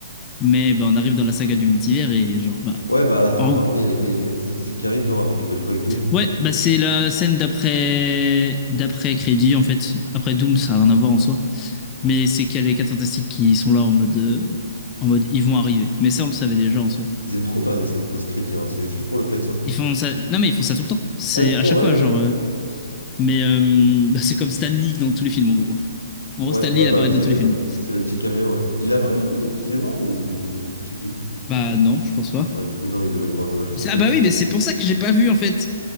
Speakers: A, on the left; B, on the left.
A: Mais bah, on arrive dans la saga du multivers et genre, bah.
B: Ouais, bah à la fin,
A: en-
B: apparemment, il y a les quoi, il y a les 4 Fantastiques qui arrivent, non, avec, bah du coup, avec Doom.
A: Ouais, bah c'est la scène d'après d'après crédit, en fait. Après Doom, ça n'a rien à voir en soi. Mais c'est qu'il y a les 4 Fantastiques qui sont là en mode, euh, en mode ils vont arriver. Mais ça, on le savait déjà en soi.
B: Ils aiment trop faire des scènes post-crédit, hein, c'est juste pour le flex, hein.
A: Ils font ça. Non, mais ils font ça tout le temps. C'est
B: Ouais, tout le
A: à
B: temps,
A: chaque
B: ouais,
A: fois,
B: ouais.
A: genre. euh, Mais euh, <laughs> bah, c'est comme Stan Lee dans tous les films, en gros. En gros,
B: Ouais,
A: Stan Lee,
B: ouais,
A: il
B: bah
A: apparaît
B: le- c'est
A: dans tous
B: le,
A: les films.
B: c'est le petit caméo, ouais. Il apparaît du coup depuis qu'il est mort, ou... ou- Je sais plus.
A: Bah non, je pense pas.
B: Ouais, du coup, non, ils le mettent pas en image de synthèse.
A: C'est- Ah bah
B: <laughs>
A: oui, mais c'est pour ça que j'ai pas vu, en fait.